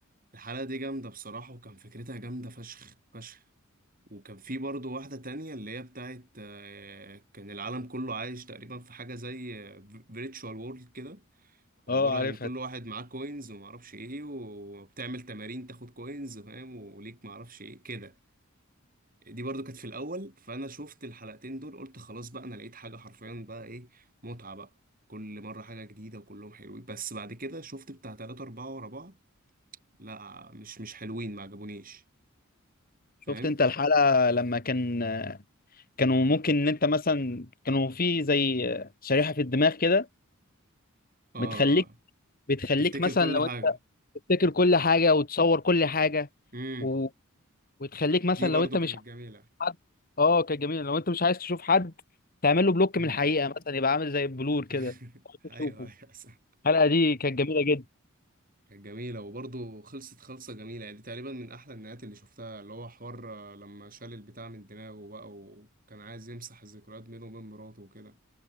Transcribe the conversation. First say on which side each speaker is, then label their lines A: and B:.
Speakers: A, on the right (about 40°); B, on the left (about 45°).
A: الحلقة دي جامدة بصراحة وكان فكرتها جامدة فشخ فشخ وكان في برضه واحدة تانية اللي هي بتاعت آه، كان العالم كله عايش تقريبا في حاجة زي فيرتشوال وورلد كده
B: اه
A: عبارة
B: عارفها
A: عن كل
B: دي
A: واحد معاه كوينز ومعرفش ايه وبتعمل تمارين تاخد كوينز فاهم وليك معرفش ايه كده دي برضو كانت في الأول فأنا شفت الحلقتين دول قلت خلاص بقى أنا لقيت حاجة حرفيا بقى ايه متعة بقى كل مرة حاجة جديدة وكلهم حلوين بس بعد كده شفت بتاع تلاتة أربعة ورا بعض لا مش مش حلوين ما عجبونيش فاهم
B: شفت انت الحلقة لما كان كانوا ممكن ان انت مثلا كانوا في زي شريحة في الدماغ كده
A: اه
B: بتخليك بتخليك
A: تفتكر
B: مثلا
A: كل
B: لو
A: حاجة
B: انت تفتكر كل حاجه وتصور كل حاجه
A: مم.
B: و... وتخليك مثلا
A: دي برضو
B: لو انت مش
A: كانت
B: عايز
A: جميلة
B: حد اه كانت جميله لو انت مش عايز تشوف حد تعمل له بلوك
A: امم
B: من الحقيقه مثلا يبقى عامل زي البلور كده
A: <laughs>
B: عايز
A: ايوه
B: تشوفه
A: ايوه صح
B: الحلقه دي كانت جميله جدا
A: كانت جميلة وبرضو خلصت خلصة جميلة يعني دي تقريبا من احلى النهايات اللي شفتها اللي هو حوار آه، لما شال البتاع من دماغه بقى وكان عايز يمسح الذكريات بينه وبين مراته وكده